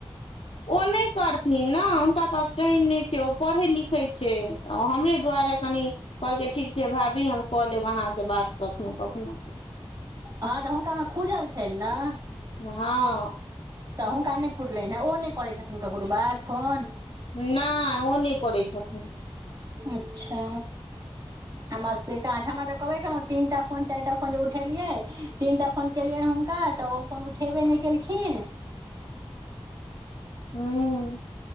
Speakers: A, on the left; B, on the right.
A: ओ नहि करथिन ने हुनका पास टाइम नहि छै ओ पढ़ैत लिखैत छै हमरे दुआरे कनि कहलकै ठीक छै भाभी हम कऽ लेब अहाँसँ बात कखनहु कखनहु
B: हँ तऽ हुनका मे खुजल छनि ने
A: हँ
B: तऽ हुनका नहि पुरलनि हे ओ नहि करै छथिन ककरो बात फोन
A: नहि ओ नहि करै छथिन
B: अच्छा
A: <unintelligible>
B: हम से हमरा तऽ कहबे कलहुँ तीनटा फोन चारिटा फोन जे उठेलियै तीनटा फोन केलियनि हुनका तऽ ओ फोन उठेबे नहि केलखिन
A: ह